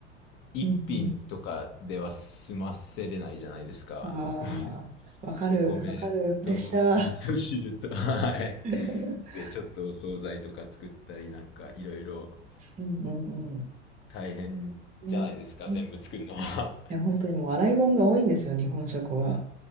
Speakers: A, on the left; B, on the right.
A: 一品とかでは済ませれないじゃないですか。
B: うんああ、
A: あの、<laughs>
B: わかる、
A: お米と味噌汁と、
B: わかる、プレッシャー。
A: はい。
B: <laughs>
A: で、ちょっとお惣菜とか作ったり、なんかいろいろ
B: うんうんうん。
A: 大変じゃないですか、
B: ね、ねい
A: 全部作るのは。
B: や、本当にもう洗い物が多いんですよ、日本食は。